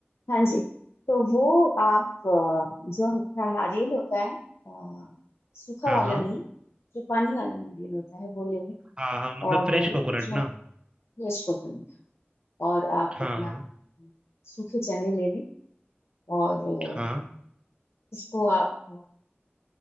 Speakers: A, on the left (about 85°); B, on the right (about 25°).
A: हाँ जी तो वो आप अ, जो हमारा नारियल होता है अ, सूखा
B: हाँ
A: वाला
B: हाँ
A: नहीं जो पानी वाला नारियल होता है वो लेंगे
B: हाँ हाँ मतलब
A: और
B: फ्रेश
A: अ,
B: कोकोनट
A: जो
B: ना
A: फ्रेश कोकोनट और आप
B: हाँ
A: अपना
B: हाँ
A: सूखे चने ले लें और अ,
B: हाँ
A: इसको आप अ,